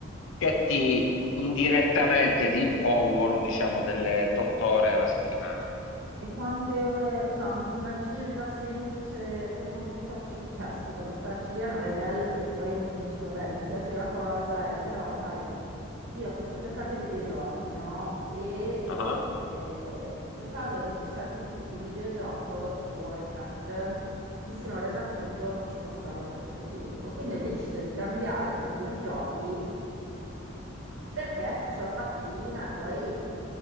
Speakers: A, on the left; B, on the right.
A: che ti indirettamente ti impongono, diciamo, delle tot ore alla settimana.
B: E quante ore, cioè una gilda semplice per non buttarci, cioè scusa, buttarci via non è bello perché poi uno dice, vabbè, mi piace la cosa, eh, però sai, io ho sempre giocato ai videogiochi, no? E
A: Ah.
B: eh, giocando a vi- certi tipi di videogioco, tipo Warcraft, mi sono resa conto che ci passavo troppo tempo, quindi ho deciso di cambiare tipo di giochi perché faccio la partitina e poi